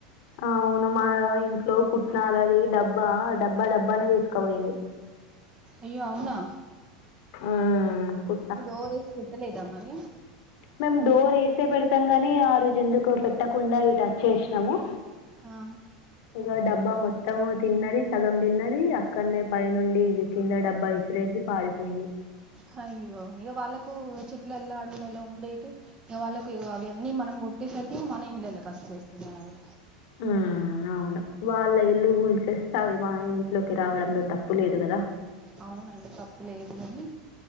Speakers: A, on the left; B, on the right.
A: అవును మా ఇంట్లో పుట్టినాలది డబ్బా డబ్బా డబ్బానే తీసుకపోయింది.
B: అయ్యో అవునా.
A: ఆ పో.
B: డోర్ ఏసీ పెట్టలేద మరి.
A: మేము డోర్ వేసే పెడతాం గాని ఆ రోజు ఎందుకో పెట్టకుండా ఇటు అచ్చేశ్నము.
B: హా.
A: ఇక డబ్బా మొత్తం తిన్నది సగం తిన్నది అక్కడనే పై నుండి కింద డబ్బా ఇసిరేసి. పారీపోయింది.
B: హాయ్యో ఇగ వాళ్ళకు చెట్లల్ల అడవులల్ల ఉండేటి. ఇగ వాళ్ళకు ఇగో అవి అన్నీ మనం కొట్టేసరికి మన ఇండ్లల్లకు వచ్చేస్తున్నాయి అవి.
A: ఉ అవును వాళ్ళ ఇల్లు కూల్చేస్తే మా ఇంట్లో. రావడంలో తప్పు లేదు కదా.
B: అవునండి తప్పు లేదు గనీ.